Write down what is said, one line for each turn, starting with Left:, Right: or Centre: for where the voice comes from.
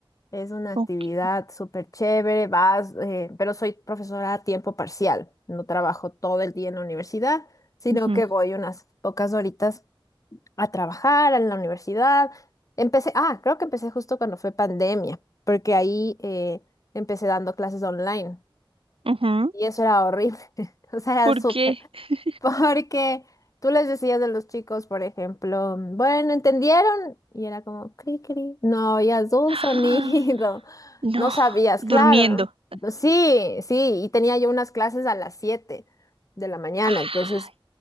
Left: Es una actividad
Right: Ok.
Left: súper chévere, vas, eh, pero soy profesora a tiempo parcial. No trabajo todo el día en la universidad, sino
Right: Ujú,
Left: que voy unas pocas horitas a trabajar en la universidad. Empecé, ah, creo que empecé justo cuando fue pandemia, porque ahí eh, empecé dando clases online
Right: ujú.
Left: y eso era horrible. <laughs> O sea, era
Right: ¿Por
Left: súper
Right: qué? <gasps>
Left: <laughs> Porque tú les decías de los chicos, por ejemplo, bueno, ¿entendieron? Y era como, cri, cri. No oías un
Right: Ah,
Left: sonido. <laughs>
Right: No,
Left: No sabías,
Right: durmiendo.
Left: claro. Sí, sí, y tenía yo unas clases a las 7 de la mañana,
Right: Ah,
Left: entonces,